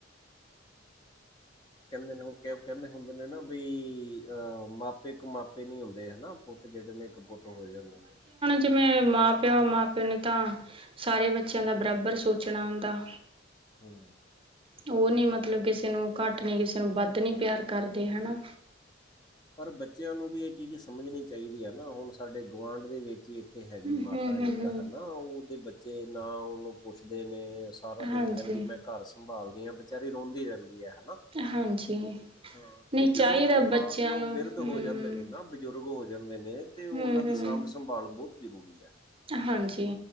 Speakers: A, on the left; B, on the right.
A: ਕਹਿੰਦੇ ਨੇ ਹੁਣ ਕਿਉਂ ਕਹਿੰਦੇ ਹੁੰਦੇ ਨੇ ਨਾ ਬਈ ਅ ਮਾਪੇ ਕੁਮਾਪੇ ਨੀ ਹੁੰਦੇ ਹੈ ਨਾ। ਪੁੱਤ ਜਿਹੜੇ ਨੇ ਕਪੁੱਤ ਹੋ ਜਾਂਦੇ ਨੇ।
B: ਕਿ ਮੈ ਮਾਂ ਪਿਓ ਮਾਂ ਪਿਓ ਨੇ ਤਾਂ ਸਾਰੇ ਬੱਚਿਆਂ ਦਾ ਬਰਾਬਰ ਸੋਚਣਾ ਹੁੰਦਾ।
A: ਹੂੰ
B: ਤੇ ਉਹ ਨੀ ਮਤਲਬ ਕਿਸੇ ਨੂੰ ਘੱਟ ਨੀ ਕਿਸੇ ਨੂੰ ਵੱਧ ਨੀ ਪਿਆਰ ਕਰਦੇ ਹੈ ਨਾ।
A: ਪਰ ਬੱਚਿਆਂ ਨੂੰ ਵੀ ਇਹ ਚੀਜ਼ ਸਮਝਣੀ ਚਾਹੀਦੀ ਆ ਨਾ, ਹੁਣ ਸਾਡੇ ਗੁਆਂਢ ਦੇ ਵਿੱਚ ਹੀ ਇੱਥੇ ਹੈਗੀ
B: ਹਮ
A: ਮਾਤਾ
B: ਹਮ
A: ਇੱਕ
B: ਹਮ ਹਮ
A: ਹਨਾ ਉਹਦੇ ਬੱਚੇ ਨਾ ਉਹਨੂੰ ਪੁੱਛਦੇ ਨੇ ਸਾਰਾ
B: ਹਾਂਜੀ
A: ਦਿਨ ਕਹਿੰਦੀ ਮੈਂ ਘਰ ਸੰਭਾਲਦੀ ਹਾਂ, ਬਿਚਾਰੀ ਰੋਂਦੀ ਰਹਿੰਦੀ ਏ ਹੈ ਨਾ। ਹਾਂ,
B: ਹਾਂਜੀ ਨਹੀਂ
A: ਉਹ
B: ਚਾਹੀਦਾ
A: ਜਦੋਂ
B: ਬੱਚਿਆਂ
A: ਮਾਂ ਪਿਓ
B: ਨੂੰ
A: ਬਿਰਦ
B: ਹਮ
A: ਹੋ ਜਾਂਦੇ ਨੇ ਨਾ। ਬਜ਼ੁਰਗ ਹੋ ਜਾਂਦੇ ਨੇ ਤੇ ਉਹਨਾਂ
B: ਹਮ
A: ਦੀ
B: ਹਮ
A: ਸਾਂਭ ਸੰਭਾਲ ਬਹੁਤ ਜ਼ਰੂਰੀ ਐ।
B: ਹਾਂਜੀ